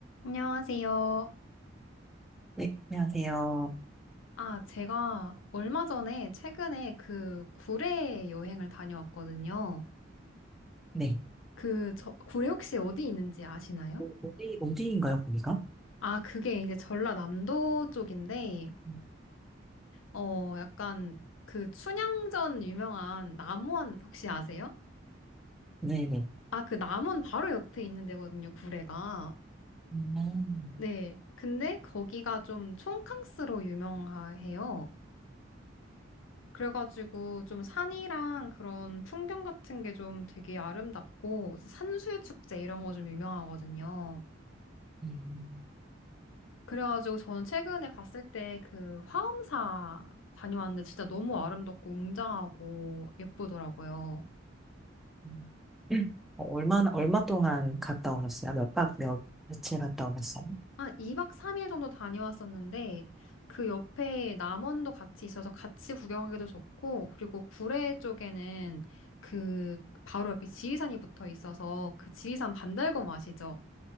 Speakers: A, on the left (about 85°); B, in the centre.
A: 안녕하세요.
B: 네, 안녕하세요.
A: 아, 제가 얼마 전에 최근에 그 구례 여행을 다녀왔거든요.
B: 네.
A: 그 저, 구례 혹시 어디 있는지 아시나요?
B: 어, 어디, 어디인가요, 거기가?
A: 아, 그게 이제 전라남도 쪽인데,
B: 음,
A: 어, 약간 그 춘향전 유명한 남원 혹시 아세요?
B: 네네.
A: 아, 그 남원 바로 옆에 있는 데거든요, 구례가.
B: 음,
A: 네. 근데 거기가 좀 촌캉스로 유명해요. 그래가지고 좀 산이랑 그런 풍경 같은 게 좀 되게 아름답고 산수유축제 이런 거 좀 유명하거든요.
B: 음,
A: 그래가지고 저는 최근에 갔을 때 그 화엄사 다녀왔는데 진짜 너무 아름답고 웅장하고 예쁘더라고요.
B: 음. 음. 어, 얼마나, 얼마 동안 갔다 오셨어요? 몇 박, 몇, 며칠 갔다 오셨어요?
A: 한 2박 3일 정도 다녀왔었는데 그 옆에 남원도 같이 있어서 같이 구경하기도 좋고 그리고 구례 쪽에는 그 바로 옆에 지리산이 붙어 있어서 그 지리산 반달곰 아시죠?